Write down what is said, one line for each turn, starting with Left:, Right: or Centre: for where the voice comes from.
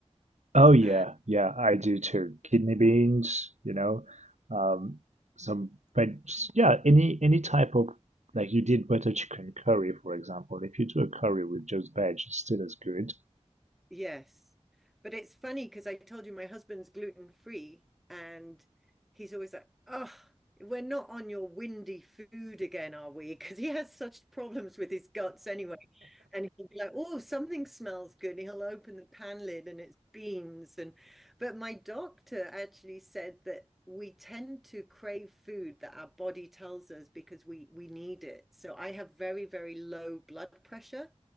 Right: Oh yeah,
Centre: And
Right: yeah, I do too. Kidney beans, you know, um, some but yeah, any any type of like you did butter chicken curry, for example. If you do a curry with just veg, it's still as good.
Centre: Yes. But it's funny because I told you my husband's gluten free and he's always like, oh, we're not on your windy food again, are we? <laughs> Because he has such problems with his guts anyway. And he'll be like, oh, something smells good. And he'll open the pan lid and it's beans. And but my doctor actually said that we tend to crave food that our body tells us because we we need it. So I have very, very low blood pressure.